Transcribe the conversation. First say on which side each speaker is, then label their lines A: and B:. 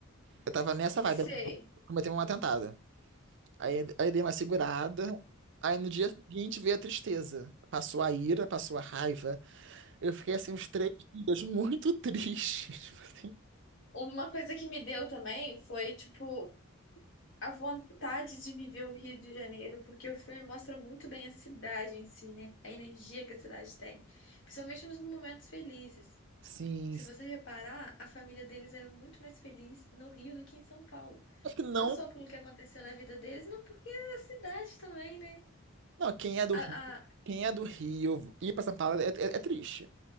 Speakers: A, on the right (about 60°); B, on the left (about 60°).
A: Eu tava nessa vibe,
B: sei.
A: assim, cometeu um atentado. Aí, aí dei uma segurada. Aí no dia seguinte veio a tristeza. Passou a ira, passou a raiva. Eu fiquei assim uns três dias muito triste. <laughs> Tipo assim.
B: Uma coisa que me deu também foi, tipo, a vontade de viver o Rio de Janeiro, porque o filme mostra muito bem a cidade em si, né? A energia que a cidade tem, principalmente nos momentos felizes.
A: Sim,
B: Se
A: sim.
B: você reparar, a família deles era muito mais feliz no Rio do que em São Paulo.
A: Acho que não.
B: Não só pelo que aconteceu na vida deles, mas porque era a cidade também, né?
A: Não, quem é do
B: A,
A: Rio, quem é do Rio, ir pra São Paulo é, é, é triste.